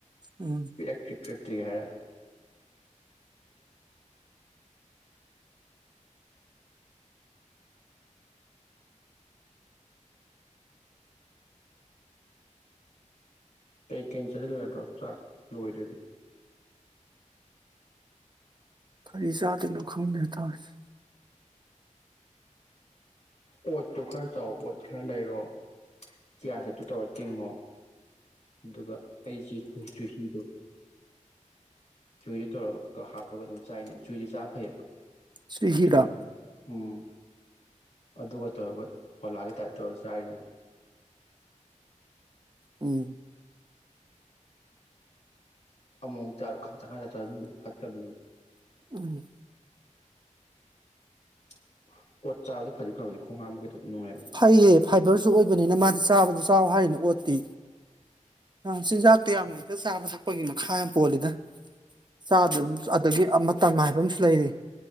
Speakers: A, on the right; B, on the left.
A: ꯎꯝ
B: ꯄꯤꯔꯛꯇ꯭ꯔꯤ ꯄꯤꯔꯛꯇ꯭ꯔꯤ ꯍꯥꯏꯔ ꯀꯩ ꯀꯩꯟ ꯆꯥꯖꯤꯜꯂꯨ ꯌꯥꯗꯔ‌ꯣ ꯆꯥꯛ ꯂ‌ꯣꯏꯗ꯭ꯔꯥꯗꯤ
A: ꯀꯩ ꯆꯥꯗ‌ꯣꯏꯅ‌ꯣ ꯈꯪꯗ꯭ꯔ‌ꯦ ꯇꯧꯔꯤꯁꯤ
B: ꯑ‌ꯣꯏ ꯇꯨ ꯈꯔꯥ ꯆꯥꯎ ꯑ‌ꯣ꯭ꯠ ꯈꯔꯥ ꯂꯩꯔ‌ꯣ ꯆꯤꯋꯥ ꯁꯤ꯭ꯗ ꯇꯨ ꯇꯧꯔꯥ ꯇꯤꯡꯉ‌ꯣ ꯗꯨꯒ ꯑꯩ ꯆꯨꯏ ꯆꯨꯍꯤꯗ‌ꯣ ꯆꯨꯍꯤꯁꯤ ꯇꯧꯔꯒ ꯀꯛ-ꯀꯛ ꯍꯥꯞꯄꯒ ꯑꯗꯨꯝ ꯆꯥꯏꯅ‌ꯦꯕ ꯆꯨꯍꯤꯁ‌ꯦ ꯆꯥ ꯐꯩꯌ‌ꯦꯕ
A: ꯁꯤ ꯍꯤꯔꯥ
B: ꯆꯤꯅꯤ ꯎꯝ ꯑꯗꯨꯒ ꯇꯧꯔꯒ ꯐ‌ꯣꯂꯥꯒꯤ ꯇꯥꯏꯞ ꯇꯧꯔꯒ ꯆꯥꯏꯅ‌ꯦꯕ
A: ꯎꯝ
B: ꯑꯃ‌ꯣꯛ ꯆꯥꯛ ꯈꯪ ꯆꯥꯛ ꯆꯥꯁꯤꯟꯕꯗꯨ ꯐꯠꯇ‌ꯝꯅꯤ
A: ꯎꯝ
B: <unintelligible> ꯐꯗꯤ ꯐꯕꯅꯤ ꯈꯣꯡ ꯍꯥꯝꯕ ꯀꯩꯗꯧꯕ ꯅꯨꯡꯉꯥꯏꯕꯅꯤ
A: ꯐꯩꯌ‌ꯦ ꯐꯥꯏꯕꯔꯁꯨ ꯑ‌ꯣꯏꯕꯅꯤꯅ ꯃꯥꯁꯤ ꯆꯥꯕꯗꯁꯨ ꯆꯥꯎ ꯍꯥꯏꯔꯤꯅ‌ꯦ ꯑ‌ꯣꯠꯇꯤ ꯑꯥ ꯆꯤꯟꯖꯥꯛꯇꯨ ꯌꯥꯝꯅ ꯍ‌ꯦꯛꯇ ꯆꯥꯕ ꯆꯠꯄꯥꯒꯤ ꯃꯥꯈꯥ ꯄ‌ꯣꯜꯂꯤꯗ ꯆꯥꯗꯔꯥꯝ ꯑꯗꯥꯒꯤ ꯑ ꯃꯥꯇꯝ ꯍꯥꯏꯕꯝꯁꯨ ꯂꯩꯔꯤ